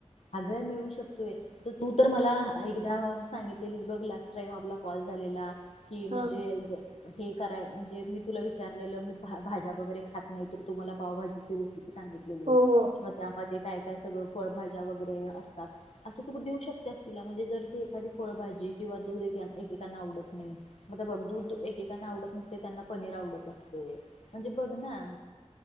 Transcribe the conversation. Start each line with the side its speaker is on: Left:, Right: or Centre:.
Left: अगं मिळू शकतेय, तू तर मला एकदा सांगितलेली बघ लास्ट टाईम आपला कॉल झालेला. कि म्हणजे
Right: हा
Left: हे कराय, म्हणजे मी तुला विचारलेलं मी भाज्या वगैरे खात नाही तर तुम्हाला पावभाजीची रेसिपी सांगलेली
Right: हो हो.
Left: मग त्यामध्ये काय.. त्या सगळं फळभाजी.. ज्या वगैरे असतात असं तु देवू शकतेस तिला म्हणजे जर एखादी फळजी किंवा दुधना ऐकेकांना आवडत नाही. आता बघू तु एकेकांना आवडत नाही. ते त्यांना पनीर आवडत असतय म्हणजे बघ ना,